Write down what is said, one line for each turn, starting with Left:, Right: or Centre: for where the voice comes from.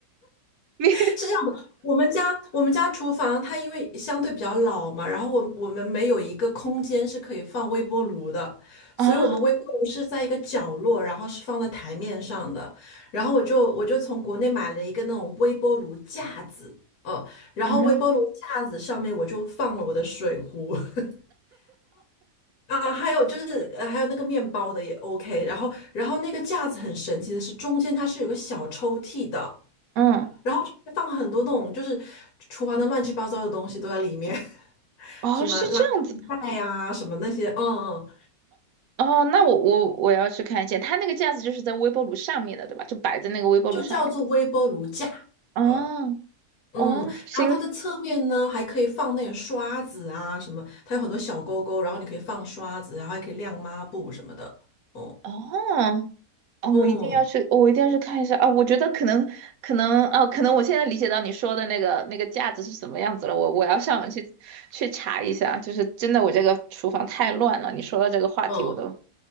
Right: <laughs> 你
Left: 是这样的，我们家我们家厨房它因为相对比较老嘛，然后我我们没有一个空间是可以放微波炉的，所以我们微波炉是在一个角落，
Right: 啊，
Left: 然后是放在台面上的。然后我就我就从国内买了一个那种微波炉架子，呃，然后微波炉架子上面我就放了我的水壶
Right: 嗯
Left: <laughs> 啊，还有就是呃还有那个面包的也 OK。然后然后那个架子很神奇的是中间它是有个小抽屉的。
Right: 嗯，
Left: 然后就会放很多那种就是厨房的乱七八糟的东西都在里面，<laughs>
Right: 哦，
Left: 什么垃圾袋呀、
Right: 是这样子。
Left: 什么那些，嗯嗯，
Right: 哦，那我我我要去看一下，它那个架子就是在微波炉上面的，对吧？就摆在那个微波炉上面。
Left: 就叫做微波炉架，
Right: 哦
Left: 呃嗯，
Right: 哦，行
Left: 然后它的侧面呢还可以放那种刷子啊什么，它有很多小钩钩，然后你可以放刷子，然后还可以晾抹布什么的，哦，
Right: 哦哦，
Left: 嗯
Right: 我一定要去，我一定要去看一下啊！我觉得可能可能啊，可能我现在理解到你说的那个那个架子是什么样子了。我我要上网去去查一下，就是真的，我这个厨房太乱了。你说到这个话题，
Left: 嗯，
Right: 我都